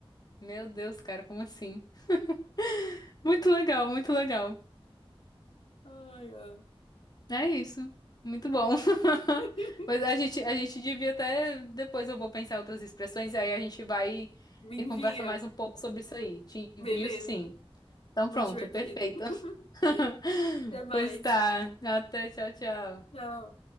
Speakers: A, on the left; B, on the left.
A: Meu Deus, cara, como assim? <laughs> Muito legal, muito legal.
B: Ai, ai.
A: É isso. Muito bom. <laughs>
B: <laughs>
A: Mas a gente, a gente devia até. Depois eu vou pensar em outras expressões, e aí a gente vai e,
B: Me
A: e conversa
B: envia.
A: mais um pouco sobre isso aí. Te envio,
B: Beleza.
A: sim. Então
B: Muito
A: pronto,
B: divertido.
A: perfeito.
B: <laughs>
A: <laughs>
B: Até mais.
A: Pois tá. Até, tchau, tchau.
B: Tchau.